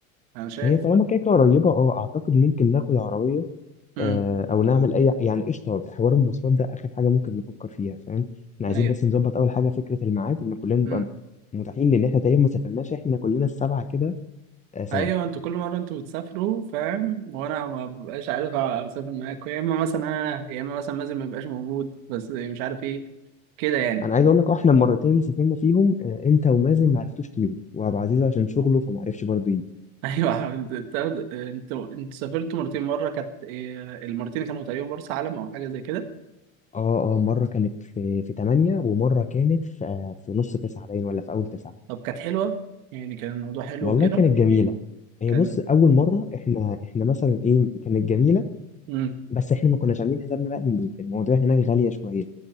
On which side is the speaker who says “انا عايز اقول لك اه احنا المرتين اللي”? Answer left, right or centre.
Left